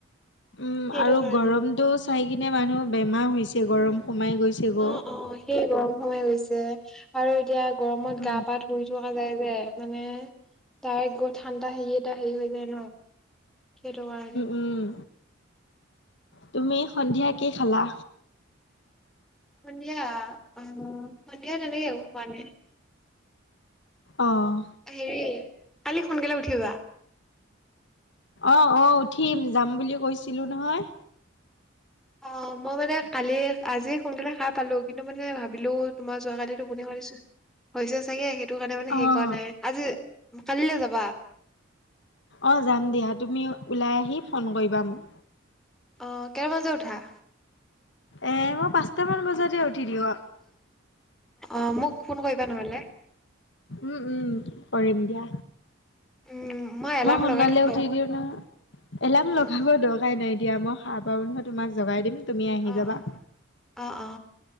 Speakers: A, on the left (about 60°); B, in the centre.
A: উম
B: সেইটো
A: আৰু
B: কাৰণে
A: গৰমটো চাই কিনে মানুহ বেমাৰ হৈছে
B: উম
A: গৰম সোমাই গৈছে গ'।
B: অ অ সেই গৰম সোমাই গৈছে আৰু এতিয়া গৰমত
A: উম,
B: গা পা ধুই যায় যে, মানে তাৰ গৰ ঠাণ্ডা হেৰি এটা হেৰি হৈ যায় ন। সেইটোকাৰণে।
A: উম, তুমি সন্ধিয়া কি খালা?
B: সন্ধিয়া, উম সন্ধিয়া তেনেকে একো খোৱা নাই।
A: অ',
B: হেৰি কালি সোনকালে উঠিবা।
A: অ, আহ উঠিম যাম বুলি কৈছিলো নহয়।
B: অ, মই মানে কালি আজি সোনকালে সাৰ পালো। কিন্তু, মানে ভাবিলো তোমাৰ যোৱা কালি টোপনি খতি হৈছে চাগে, সেইটো কাৰণে মানে
A: অ',
B: সে কৰা নাই। আজি কালিলৈ যাবা?
A: অ, যাম দিয়া। তুমি ওলাই আহি ফোন কৰিবা মোক।
B: অ, কেৰ বজাত উঠা?
A: এ, মই পাঁচটাামান বজাতে উঠি দিওঁ।
B: অ, মোক কোন কৰিবা নহ'লে।
A: উম, উম কৰিম দিয়া।
B: উম এলাৰ্ম
A: মই সোনকালে
B: লগাই থম বাৰু
A: উঠি দিও ন এলাৰ্ম
B: উম
A: লগাব
B: উম
A: দৰকাৰাই নাই। এতিয়া মই সাৰ পাও নহয়, তোমাক জগাই দিম তুমি আহি
B: অ
A: যাবা।
B: অ অ অ